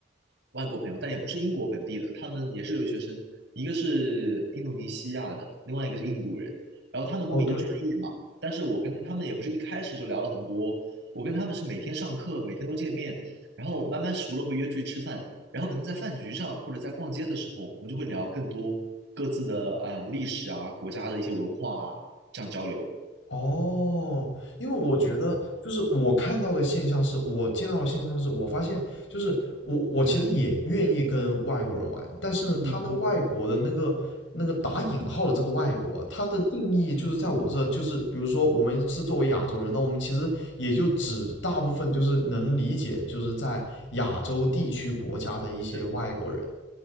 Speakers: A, on the right; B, on the left.
A: 外国朋友，但也不是英国本地的，他们也是留学生，一个是印度尼西亚的，另外一个是印度人。然后他们跟我一个专业嘛，
B: 哦，对，
A: 但是我跟他们也不是一开始就聊了很多，我跟他们是每天上课，每天都见面，然后慢慢熟了会约出去吃饭，然后可能在饭局上或者在逛街的时候，我们就会聊更多各自的呃历史啊、国家的一些文化啊，这样交流。
B: 哦，因为我觉得就是我看到的现象是，我见到的现象是，我发现就是我我其实也愿意跟外国人玩，但是呢，
A: 嗯嗯，
B: 他那个外国的那个那个打引号的这个外国，他的定义就是在我这，就是比如说我们是作为亚洲人，那我们其实也就只大部分就是能理解，就是在亚洲地区国家的一些外国人
A: 是